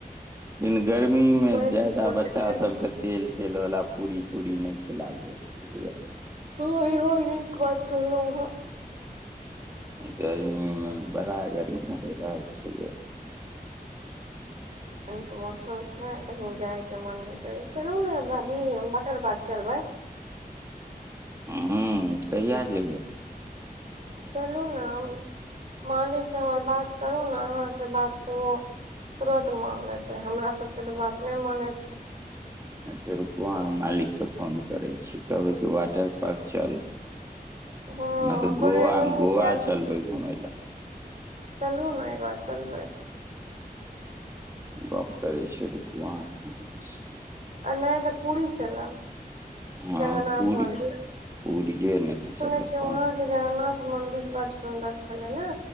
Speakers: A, on the right; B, on the right.
A: लेकिन गर्मी मे
B: वही
A: ज्यादा
B: सब सोचे
A: बच्चा
B: छली
A: सबके। तेल -तेल वाला पूरी -तूरी नहि खिलाबयो बुझलिय।
B: हँ, ईहो नीक बात कहलू आहाँ।
A: गर्मी मे बड़ा गर्मी परि रहल छय ये।
B: <unintelligible> मौसम छै, कहीं जाय के मन नहि कर, चलु ने भाजी हम वाटर पार्क चलबै।
A: हं- हं, कहिया जेबै।
B: चलू न मालिक सँ हमर बात करू ने, अहाँके बात के ओ तुरत मान लेतै, हमरा सबके तऽ बात नहि मानै छै।
A: अच्छा रुकू, अहाँ के मालिक के फोन करै छी, कहबै कि वाटर पार्क चल।
B: हँ
A: नहि त, ऽ गोआ
B: बोले नुनू
A: गोवा
B: के आब
A: चलबै घुमै ल।
B: चलबू ने एक बार चलबै।
A: गप करे छै, रुकु अहॉं के मालिक स।
B: आ नहि तऽ पूरी चलब।
A: हँ
B: जगन्नाथ
A: पूरी
B: मन्दिर,
A: पूरिये नहि तऽ
B: सुनै
A: चलब
B: छिय
A: हँ
B: वहाँ के जगन्नाथ। मंदिर बड़ सुंदर छलै ने।